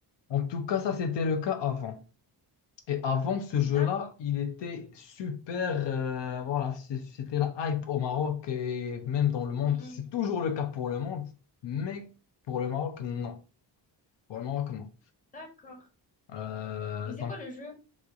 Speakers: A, on the left (about 75°); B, on the left (about 20°).
A: En tout cas, ça, c'était le cas avant. Et avant ce jeu-là,
B: d'accord.
A: il était super. euh, voilà, c'est- c'était la hype au Maroc et même dans le monde.
B: Hmm,
A: C'est toujours le cas pour le monde, mais pour le Maroc, non. Pour le Maroc, non.
B: d'accord.
A: Euh,
B: Mais
A: donc,
B: c'est quoi le jeu?